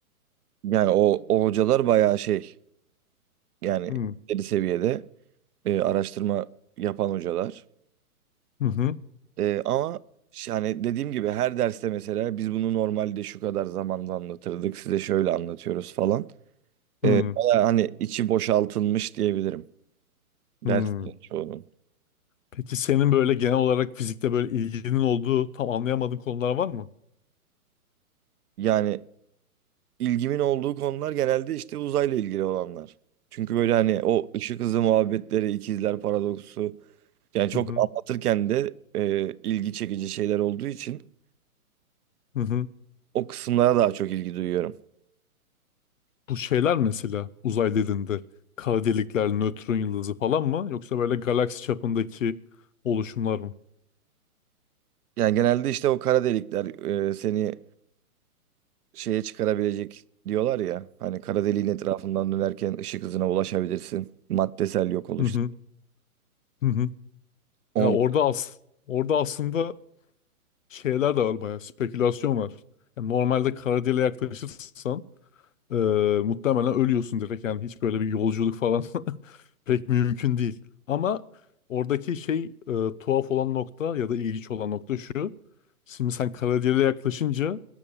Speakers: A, on the right (about 80°); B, on the left (about 60°).
A: Yani o, o hocalar bayağı şey Yani
B: Hmm.
A: ileri seviyede e, araştırma yapan hocalar.
B: Hı hı.
A: E, ama ş- yani dediğim gibi her derste mesela biz bunu normalde şu kadar zamanda anlatırdık. Size şöyle anlatıyoruz falan.
B: Hı
A: E, bayağı hani içi boşaltılmış diyebilirim derslerin
B: hı.
A: çoğunun.
B: Peki senin böyle genel olarak fizikte böyle ilginin olduğu tam anlayamadığın konular var mı?
A: Yani ilgimin olduğu konular genelde işte uzayla ilgili olanlar. Çünkü böyle hani o ışık hızı muhabbetleri, ikizler paradoksu yani çok
B: Hı hı.
A: anlatırken de e, ilgi çekici şeyler olduğu için
B: Hı hı.
A: o kısımlara daha çok ilgi duyuyorum.
B: Bu şeyler mesela uzay dediğinde kara delikler, nötron yıldızı falan mı yoksa böyle galaksi çapındaki oluşumlar mı?
A: Yani genelde işte o kara delikler e, seni şeye çıkarabilecek diyorlar ya. Hani kara deliğin etrafından dönerken ışık hızına ulaşabilirsin. Maddesel yok oluş.
B: Hı hı. Hı hı.
A: On,
B: Ya orada as orada aslında şeyler de var bayağı spekülasyon var. Yani normalde kara deliğe yaklaşırsan Ee, muhtemelen ölüyorsun direkt yani hiç böyle bir yolculuk falan <laughs> pek mümkün değil. Ama oradaki şey e, tuhaf olan nokta ya da ilginç olan nokta şu. Şimdi sen karadiğere yaklaşınca